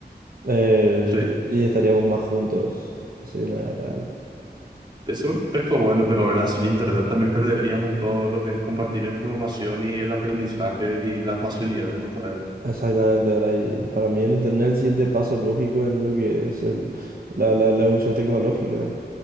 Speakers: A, on the right; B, on the right.
A: Eh,
B: Sí,
A: y estaríamos más juntos, así, en la vida real.
B: eso es todo bueno, pero verdad, sin internet también perderíamos todo lo que es compartir la información y el aprendizaje y la facilidad que nos trae.
A: Exactamente, ¿verdad? Y para mí el internet es el siguiente paso lógico en lo que es el, la, la, la evolución tecnológica.